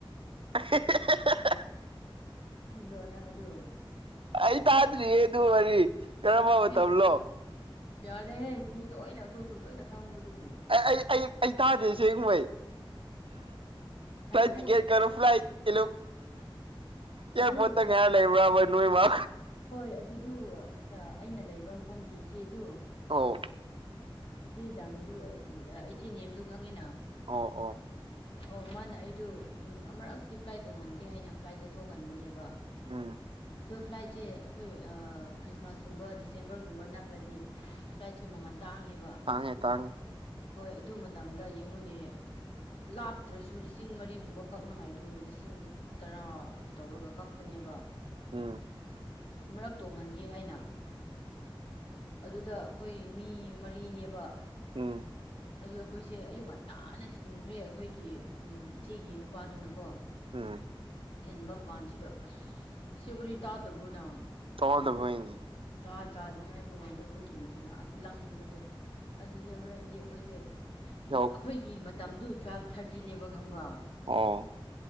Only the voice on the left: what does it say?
ꯈꯟꯗ꯭ꯔꯣ ꯅꯪ ꯑꯗꯨ
ꯏꯁ ꯌꯥꯔꯦꯍꯦ ꯃꯤ ꯂꯣꯏꯅ ꯑꯈꯣꯏ ꯈꯨꯨꯟ ꯂꯣꯏꯅ ꯈꯪꯕꯗꯨꯕꯨ
ꯅꯍꯥꯟ
ꯑꯩ
ꯑꯗꯨ
ꯍꯣꯏ ꯑꯗꯨꯗꯨ ꯑ ꯑꯩꯅ ꯂꯩꯕ ꯃꯐꯝꯒꯤ ꯏꯆꯦꯗꯨ
ꯏꯆꯦꯗꯝꯗꯨ ꯏꯆꯦ ꯅꯦꯝꯗꯨ ꯈꯪꯉꯤꯅ
ꯑꯣ ꯃꯥꯅ ꯑꯩꯗꯨ ꯎꯝ ꯑꯃꯔꯛꯇꯤ ꯐ꯭ꯂꯥꯏꯠ ꯇꯣꯡꯍꯟꯒꯦ ꯍꯥꯏꯅ ꯐ꯭ꯂꯥꯏꯠꯇ ꯊꯣꯛꯍꯟꯕꯅꯦꯕ
ꯗꯨꯞ ꯐ꯭ꯂꯥꯏꯠꯁꯦ ꯑꯈꯣꯏ ꯑ ꯈ꯭ꯔꯤꯁꯃꯥꯁꯀꯨꯝꯕ ꯗꯤꯁꯦꯝꯕ꯭ꯔꯒꯨꯝꯕ ꯅꯛꯂꯗꯤ ꯐ꯭ꯂꯥꯏꯠꯁꯦ ꯃꯃꯟ ꯇꯥꯡꯉꯦꯕ
ꯍꯣꯏ ꯑꯗꯨ ꯃꯇꯝꯗ ꯌꯦꯡꯉꯨꯅꯦ ꯂꯥꯞꯇ꯭ꯔꯁꯨ ꯂꯤꯁꯤꯡ ꯃꯔꯤꯒꯨꯝꯕ ꯀꯛꯅꯉꯥꯏꯗꯨ ꯂꯤꯁꯤꯡ ꯇꯔꯥ ꯇꯧꯔꯒ ꯀꯛꯄꯅꯦꯕ
ꯑꯃꯔꯛ ꯇꯣꯡꯍꯟꯒꯦ ꯍꯥꯏꯅ ꯑꯗꯨꯗ ꯑꯩꯈꯣꯏ ꯃꯤ ꯃꯔꯤꯅꯦꯕ
ꯑꯗꯨ ꯑꯩꯈꯣꯏꯁꯦ ꯑꯌꯨꯛ ꯉꯟꯇꯥꯅ ꯊꯤꯡꯈ꯭ꯔꯦ ꯑꯩꯈꯣꯏꯒꯤ ꯎꯝ ꯏꯆꯦꯒꯤ ꯅꯨꯄꯥꯗꯨꯅꯀꯣ
ꯊꯤꯟꯕ ꯀꯥꯟꯁꯤꯗ ꯑꯁ ꯁꯤ ꯋꯥꯔꯤ ꯇꯥꯗꯕ꯭ꯔꯣ ꯅꯪ
ꯖꯥꯠ ꯖꯥꯠꯅꯤ ꯍꯥꯏꯕꯒꯤ ꯋꯥꯅꯤꯗ ꯑꯩꯈꯣꯏ ꯈꯨꯟꯁꯤꯅ ꯑꯁ ꯂꯪꯕꯁꯦ ꯑꯗꯨꯗꯤ ꯍꯣꯔꯦꯟꯗꯤ ꯑꯩꯈꯣꯏꯁꯦ ꯎꯝ
ꯑꯩꯈꯣꯏꯒꯤ ꯃꯇꯝꯗꯨ ꯇ꯭ꯋꯦꯜꯐ ꯊꯥꯔꯇꯤꯅꯦꯕ ꯈꯪꯕ꯭ꯔꯥ